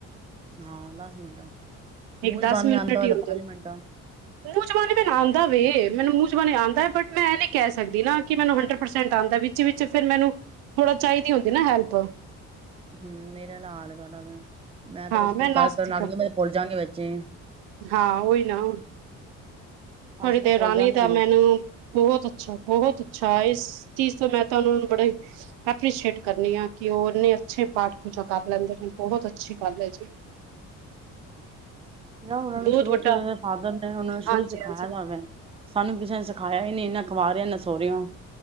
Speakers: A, on the right; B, on the right.
A: ਹਾਂ ਦਸ ਮਿੰਟ ਆ ਮੂੰਜਬਾਨੀ
B: ਇੱਕ ਦਸ ਮਿੰਟ
A: ਆਉਂਦਾ
B: ਹੀ
A: ਹ ਤਾਂ
B: ਹੁੰਦੇ
A: ਪੰਜ
B: ਨੇ।
A: ਮਿੰਟ ਆ,
B: ਮੂੰਹ ਜੁਬਾਨੀ ਮੈਨੂੰ ਆਉਂਦਾ ਵੇ, ਮੈਨੂੰ ਮੂੰਹ ਜੁਬਾਨੀ ਆਂਦਾ ਬਟ ਮੈਂ ਇਹ ਨ ਨਹੀਂ ਕਹਿ ਸਕਦੀ ਨਾ, ਕਿ ਮੈਨੂੰ ਹੰਡਰਡ ਪਰਸੈਂਟ ਆਉਂਦਾ ਵੀ, ਤਾ ਵਿੱਚ ਫਿਰ ਮੈਨੂੰ ਥੋੜਾ ਚਾਹੀਦੀ ਹੁੰਦੀ ਨਾ ਹੈਲਪ,
A: ਹੁ ਮੇਰਾ ਲਾਲ ਵਾਲਾ ਵਾ, ਮੈਂ ਤੇ
B: ਹਾਂ
A: ਵਿੱਚ ਕੋਈ
B: ਨਾਸਤਿਕ
A: ਗੱਲ ਕਰਨ ਆ ਗਈ ਮੈ ਭੁੱਲ ਜਾਗੀ ਵਿੱਚ ਈ,
B: ਹਾਂ ਉਹੀ ਨਾ ਹੁਣ ਤੁਹਾਡੀ
A: ਅਸੀਂ ਤਾਂ
B: ਦਰਾਣੀ
A: ਭੁੱਲ ਜਾਂਦੇ
B: ਤਾਂ
A: ਹਾਂ ਵਿੱਚ
B: ਮੈਨੂੰ ਐ, ਬਹੁਤ ਅੱਛਾ- ਬਹੁਤ ਅੱਛਾ ਇਸ ਚੀਜ਼ ਤੋਂ ਮੈਂ ਤੁਹਾਨੂੰ ਹੁਣ ਬੜੇ, ਐਪ੍ਰੀਸ਼ੀਏਟ ਕਰਨੀ ਆ, ਕਿ ਉਹ ਇੰਨੇ ਅੱਛੇ ਪਾਠ ਪੂਜਾ ਕਰ ਲੈਂਦੇ ਨੇ ਬਹੁਤ ਅੱਛੇ, ਸਤਿ ਸ਼੍ਰੀ ਅਕਾਲ ਹੈ ਜੀ।
A: ਨਾ ਉਹਨਾਂ ਨੂੰ
B: ਬਹੁਤ
A: ਸ਼ੁਰੂ
B: ਵੱਡਾ
A: ਤੋਂ ਉਹਨਾ ਦੇ ਫਾਦਰ ਨੇ ਉਹਨਾਂ ਨੂੰ ਸ਼ੁਰੂ
B: ਹਾਂਜੀ
A: ਤੋ ਸਿਖਾਇਆ
B: ਹਾਂਜੀ
A: ਹੋਇਆ ਵਾ, ਸਾਨੂੰ ਕਿਸੇ ਨੇ ਸਿਖਾਇਆ ਹੀ ਨੀ, ਨਾ ਕੁਆਰਿਓ ਨਾ ਸੋਹਰੀਓ,